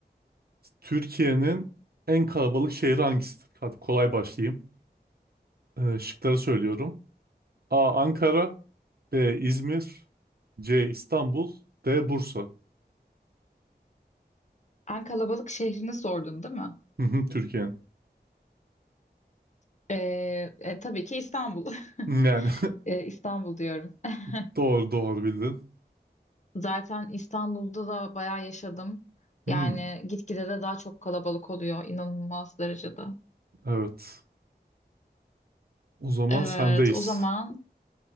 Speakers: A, on the right; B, on the left.
A: Türkiye'nin en kalabalık şehri hangisidir? Hadi kolay başlayayım. Ee, şıkları söylüyorum. A. Ankara B. İzmir C. İstanbul D. Bursa.
B: En kalabalık şehrini sordun, değil mi?
A: Hı hı, Türkiye'nin.
B: Ee, e, tabii ki İstanbul. <laughs>
A: Yani
B: Ee, İstanbul diyorum. <laughs>
A: <laughs> doğru doğru bildin.
B: Zaten İstanbul'da da bayağı yaşadım.
A: Hmm,
B: Yani gitgide de daha çok kalabalık oluyor, inanılmaz derecede.
A: evet. O zaman
B: Evet,
A: sendeyiz.
B: o zaman.